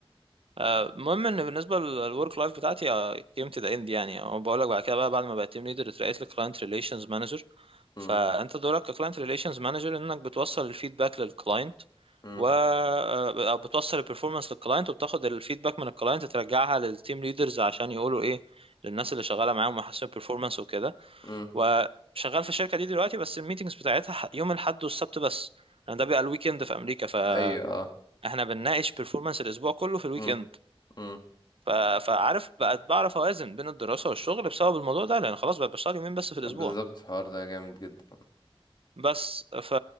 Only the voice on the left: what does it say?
مم،
مم،
مم.
ايوه اه
مم، مم.
بالظبط
الحوار ده جامد جدا